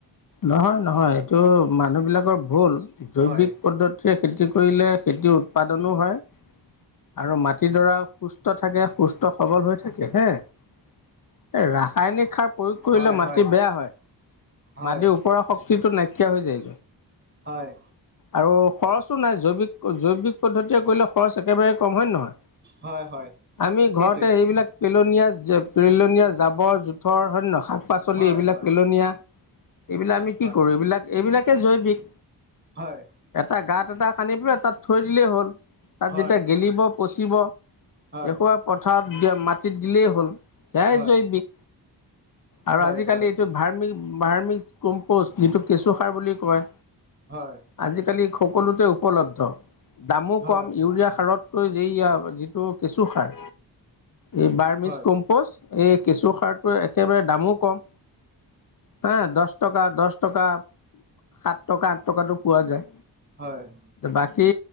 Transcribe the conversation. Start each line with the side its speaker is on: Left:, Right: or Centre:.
Left: নহয় নহয় এইটো মানুহ বিলাকৰ ভুল জৈৱিক
Right: হয়
Left: পদ্ধতিৰে খেতি কৰিলে খেতি উৎপাদনো হয় আৰু মাটিডৰা সুস্থ থাকে সুস্থ সবল হৈ থাকে হে ৰাসায়নিক সাৰ প্ৰয়োগ কৰিলে
Right: হয়
Left: মাটি
Right: হয়
Left: বেয়া হয়
Right: হয়
Left: মাটিৰ ওপৰা শক্তিটো নাইকিয়া হৈ যায়
Right: হয়
Left: আৰু খৰচো নাই জৈৱিক জৈৱিক পদ্ধতিয়ে কৰিলে খৰচ একেবাৰে কম হয় নহয়
Right: হয় হয়
Left: আমি
Right: সেইটোৱে
Left: ঘৰতে এইবিলাক পেলনীয়া যে পেলনীয়া জাবৰ জোথৰ হয় নে নহয় শাক পাচলি
Right: হয়
Left: এইবিলাক
Right: হয়
Left: পেলনীয়া এইবিলাক আমি কি
Right: হয়
Left: কৰো এইবিলাক এইবিলাকে জৈৱিক
Right: হয়
Left: এটা গাত তাত এটা কান্দি পেল তাত থৈ দিলেই হ'ল তাত
Right: হয়
Left: যেতিয়া গেলিব পচিব
Right: হয়
Left: এসোপা পথাৰত দিয় মাটিত দিলেই হ'ল সেয়াই
Right: হয়
Left: জৈৱিক আৰু
Right: হয়
Left: আজিকালি
Right: হয়
Left: এইটো ধাৰ্মিক বাৰ্মি কম্পষ্ট যিটো কেঁচুসাৰ বুলি কয়
Right: হয়
Left: আজিকালি সকলোতে উপলব্ধ দামো
Right: হয়
Left: কম ইউৰিয়া সাৰতকৈ কেঁচু সাৰ এই বাৰ্মিচ
Right: হয়
Left: কম্পজ এই কেঁচু সাৰটো একেবাৰে দামো কম হা দহ টকা দহ টকা সাত টকা আঠ টকাতটো পোৱা যায়
Right: হয় হয় হয়
Left: বাকী